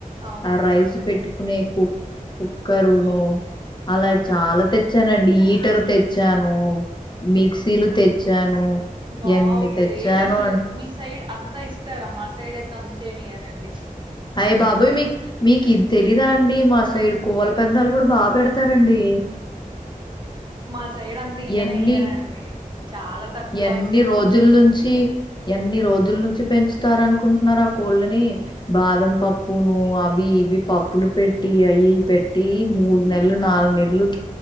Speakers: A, on the right (about 35°); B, on the left (about 30°).
A: అవునా
B: ఆ రైస్ పెట్టుకునే కుక్ కుక్కరును అలా చాలా తెచ్చానండి హీటర్ తెచ్చాను మిక్సీలు తెచ్చాను
A: వావ్
B: ఎన్ని తెచ్చాను
A: గ్రేట్ అండి మీ సైడ్ అంతా ఇస్తారా మా సైడ్ త్ అంతేమియ్యారండి
B: అయి బాబోయ్ మీ మీకు ఇది తెలీదా అండి మా సైడ్ కోళ్ల పందాలు కూడా బాగా పెడతారండి
A: మా సైడ్ అంత ఇయ్యనే
B: ఎన్ని
A: ఇయ్యారండి చాలా తక్కువ
B: ఎన్ని
A: ఇస్తారు
B: రోజుల నుంచి ఎన్ని రోజుల నుంచి పెంచుతారనుకు కుంటున్నారు ఆ కోళ్ళని బాదం పప్పును అవి ఇవి పప్పులు పెట్టి అవి పెట్టి మూడు నెలలు నాలుగు నెలలు